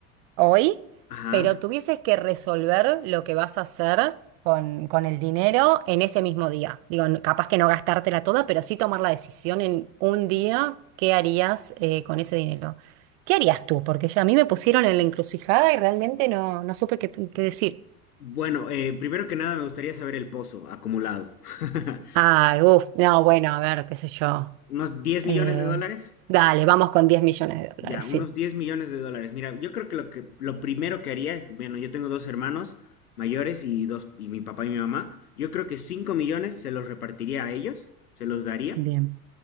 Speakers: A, on the right; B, on the left.
A: hoy,
B: Ajá.
A: pero tuvieses que resolver lo que vas a hacer con, con el dinero en ese mismo día. Digo, n- capaz que no gastártela toda, pero sí tomar la decisión en un día, ¿qué harías eh, con ese dinero? ¿Qué harías tú? Porque ya a mí me pusieron en la encrucijada y realmente no, no supe qué, qué decir.
B: Bueno, eh, primero que nada me gustaría saber el pozo acumulado. <laughs>
A: Ay, uff, no, bueno, a ver, qué sé yo.
B: ¿Unos 10
A: Eh,
B: millones de dólares?
A: dale, vamos con 10 millones de dólares,
B: Ya, unos
A: sí.
B: diez millones de dólares. Mira, yo creo que lo que lo primero que haría es, bueno, yo tengo dos hermanos mayores y dos y mi papá y mi mamá. Yo creo que 5 millones se los repartiría a ellos, se los daría
A: Bien.